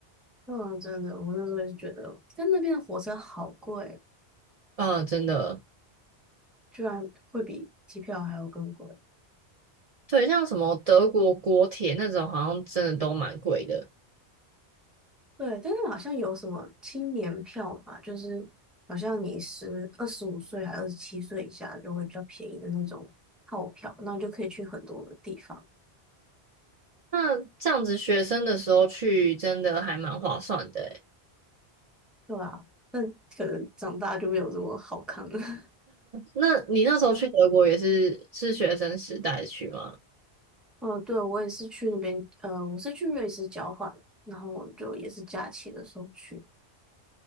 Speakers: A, in the centre; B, on the right.
A: 嗯，真的，我那时候也是觉得在那边的火车好贵哦，
B: 嗯、真的，
A: 居然会比机票还要更贵。
B: 对，像什么德国国铁那种好像真的都蛮贵的。
A: 对，但是好像有什么青年票嘛，就是好像你十二十五岁还二十七岁以下就会比较便宜的那种套票，那你就可以去很多的地方，
B: 那这样子学生的时候去真的还蛮划算的诶。
A: 对啊，可能长大就没有这么好看了。<laughs>
B: 那你那时候去德国也是是学生时代去吗？
A: 哦，对，我也是去那边，呃，我是去瑞士交换，然后就也是假期的时候去，